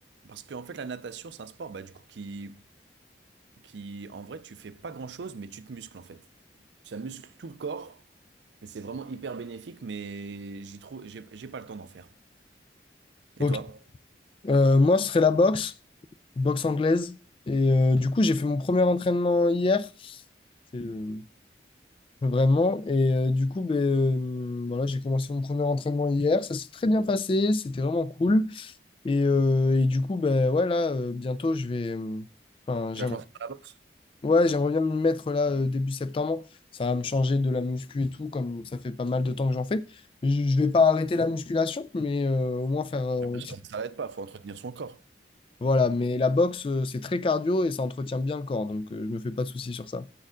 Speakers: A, on the right; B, on the left.
A: Parce qu'en fait, la natation, c'est un sport bah, du coup, qui, qui, en vrai, tu fais pas grand-chose, mais tu te muscles en fait. Ça muscle tout le corps, mais c'est vraiment hyper bénéfique, mais j'y trouve, j'ai j'ai pas le temps d'en faire.
B: Ok.
A: Et toi?
B: Euh, moi, ce serait la boxe boxe anglaise. Et euh, du coup, j'ai fait mon premier entraînement hier. C'est euh, vraiment. Et euh, du coup, ben, euh, voilà, j'ai commencé mon premier entraînement hier. Ça s'est très bien passé. C'était vraiment cool. Et, euh, et du coup, ben, ouais, là, euh, bientôt, je vais. euh, Enfin, j'aimerais.
A: Tu vas te lancer dans la boxe?
B: Ouais, j'aimerais bien m'y mettre là euh, début septembre. Ça va me changer de la muscu et tout, comme ça fait pas mal de temps que j'en fais. Je, je vais pas arrêter la musculation, mais euh, au moins faire. euh,
A: Bien
B: petit-
A: sûr, s'arrête pas, faut entretenir son corps.
B: Voilà, mais la boxe, euh, c'est très cardio et ça entretient bien le corps, donc euh, je me fais pas de soucis sur ça.